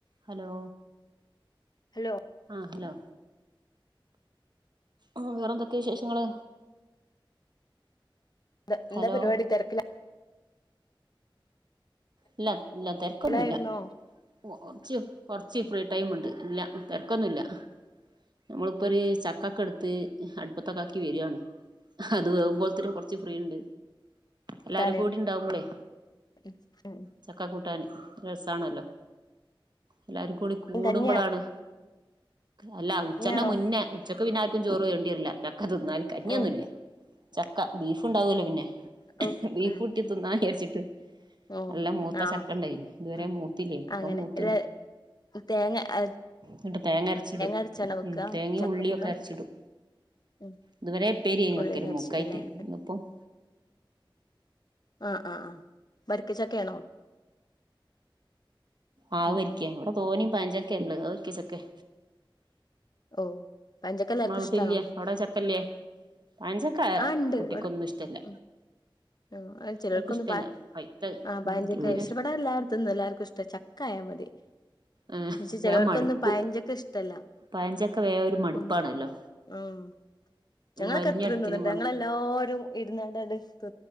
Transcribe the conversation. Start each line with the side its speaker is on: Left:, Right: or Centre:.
Right: ഹലോ.
Left: ഹലോ.
Right: ആഹ് ഹലോ. ഓഹ് വേറെന്തൊക്കെയ വിശേഷങ്ങള്.
Left: ന്ത
Right: ഹലോ
Left: എന്താ പരിവാടി തെരക്കിലാ.
Right: ഇല്ല ഇല്ല തെരക്കൊന്നുല്ല
Left: തിരക്കിലായിരുന്നോ
Right: ഓഹ് ഒറച്ച് കൊറച്ച് ഫ്രീ ടൈമ്ണ്ട് ഇല്ല തെരക്കൊന്നുല്ല. നമ്മളിപ്പൊര് ചക്കക്കെടുത്ത് അട്പ്പത്തൊക്കെ ആക്കി വരികാണ്. അത് വേവുമ്പോൾത്തേനും കൊറച്ച് ഫ്രീണ്ട്
Left: കൂട്ടാന്
Right: എല്ലാരും കൂടിണ്ടാവുമ്പോളെ.
Left: <unintelligible>
Right: ചക്ക കൂട്ടാന് രസാണല്ലോ എല്ലാരും കൂടി കൂടുമ്പളാണ്.
Left: കഞ്ഞിയാ
Right: അല്ല ഉച്ചന്റ
Left: കഞ്ഞിയാണോ
Right: മുന്നേ ഉച്ചക്ക് പിന്നാര്ക്കും ചോറ് വേണ്ടിയര്ല്ല ചക്കതിന്നാല് കഞ്ഞിയൊന്നൂല്ല്യ.
Left: ഉം
Right: ചക്ക ബീഫുണ്ടാവുയുല്ലോ പിന്നെ
Left: ഓ
Right: ബീഫുട്ടി
Left: ഉം
Right: തിന്നാജാരിച്ചിട്ട്.
Left: ഉം
Right: നല്ല
Left: ഉം
Right: മൂത്ത
Left: ആ
Right: ചക്കണ്ടായിന് ഇതുവരെ
Left: ആ
Right: മൂത്തില്ലേ ഇപ്പം
Left: അങ്ങനെ
Right: മൂത്ത്-
Left: ഇല്ല തേങ്ങ ആ
Right: ന്ന്ട്ട് തേങ്ങ അരച്ചിടും
Left: അരച്ചാണോ വെക്കുക
Right: തെങ്ങേം
Left: ചക്കക്കൂട്ടാൻ
Right: ഉള്ളിയൊക്കെ അരച്ചിടും.
Left: ഉം
Right: ഇതുവരെ ഉപ്പേരി ആയീനു
Left: ഉള്ളിയൊക്കെ
Right: ഓക്കേരു മൂക്കായ്റ്റ്
Left: അരച്ചിടുല്ലേ
Right: ഇപ്പോ -
Left: ആഹ് ആഹ് ആഹ് വരിക്ക ചക്കയാണോ?
Right: ആഹ് വരിക്യണ്
Left: ഉം
Right: ഇവിടെ തോനയും പയംചക്കയ ഉള്ളേത് വരിക്ക ചക്ക
Left: ഓ- പഴഞ്ചക്ക എല്ലാർക്കും
Right: ഇങ്ങളെ വീട്ടില്ല്യേ
Left: ഇഷ്ടാണോ
Right: അവിട ചക്കല്ല്യേ പയഞ്ചക്ക എ
Left: ആ ഉണ്ട്
Right: കുട്ടിക്കൊന്നിഷ്ടല്ല.
Left: ഇവിടെ ഉം ആ അത് ചിലർക്കൊന്ന്
Right: ഇഷ്ടല്ല
Left: ബായ്‌
Right: പൈത്തത്
Left: ആഹ് ബയഞ്ചക്ക
Right: ഇൻക്ക് തീരെ
Left: വക്ഷേ
Right: ഇഷ്
Left: ഇവടെല്ലാര് ക്കുംതന്നെല്ലാർക്കിഷ്ട്ടാ ചക്കായാ മതി.
Right: ഏഹ്
Left: ന്നച്ച
Right: വേം
Left: ചെലവർക്കൊന്നു
Right: മടുക്കും
Left: പയഞ്ചക്ക ഇഷ്ടല്ല
Right: പഴഞ്ചക്ക വേം ഒരു മടുപ്പാണല്ലോ
Left: ഉം. ഉം ഞങ്ങളൊക്കെ
Right: വലിഞ്ഞടിക്ക്ണ
Left: എത്ര തിന്നിണ്ട്ട്ടാ ഞങ്ങളെല്ലാരും ഇരുന്നണ്ട് അത് ത്